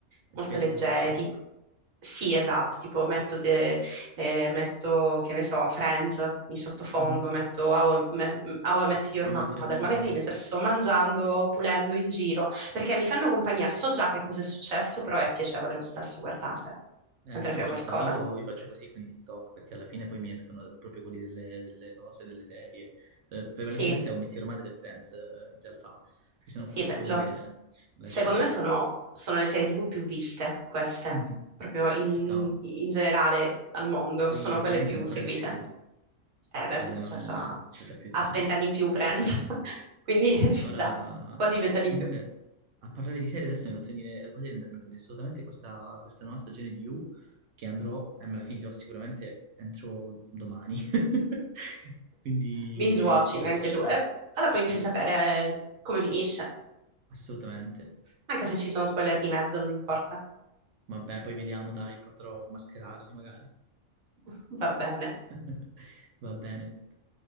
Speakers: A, on the right (about 90°); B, on the right (about 70°).
A: molto
B: Ti fai le
A: leggere,
B: watch?
A: tipo... Sì, esatto, tipo metto de- eh, metto, che ne so, Friends in sottofondo,
B: Mhm.
A: metto How I, Me- How I Met Your
B: How
A: Mother,
B: I Met Your Mother,
A: magari mentre
B: sì,
A: sto
B: sì.
A: mangiando, pulendo in giro, perché mi fanno compagnia, so già che cosa è successo, però è piacevole lo stesso guardarle
B: Eh,
A: mentre
B: quello
A: fai
B: ci
A: qualcosa.
B: sta. Io, io faccio così con i TikTok perché alla fine poi mi escono proprio quelli delle, delle cose, delle serie. Eh, prevalentemente
A: Sì,
B: ho Metti Romate e Friends, eh, in realtà, che sono
A: sì,
B: proprio
A: beh,
B: quelli
A: loro.
B: che lasci
A: Secondo
B: lì.
A: me sono, sono le serie TV più viste, queste,
B: Mhm.
A: proprio in,
B: Ci sta.
A: in generale al mondo,
B: Poi
A: sono
B: Friends
A: quelle più
B: ancora
A: seguite.
B: di più,
A: Eh beh,
B: eh, secondo
A: certo,
B: me c'è da più
A: ha
B: tempo.
A: vent'anni in più Friends, <laughs> quindi ci
B: Ora,
A: sta, quasi vent'anni
B: comunque,
A: in più.
B: a parlare di serie adesso mi ha fatto venire voglia di andarmi a vedere assolutamente questa, questa nuova stagione di You, che andrò e me la finirò sicuramente entro domani. <laughs> Quindi
A: binge watching
B: ti lascio.
A: anche tu. Eh, allora poi mi
B: Sì,
A: fai sapere eh, come finisce.
B: assolutamente.
A: Anche se ci sono spoiler di mezzo, non importa.
B: Vabbè, poi vediamo, dai, potrò mascherarli magari.
A: <laughs> Va bene.
B: <laughs> Va bene.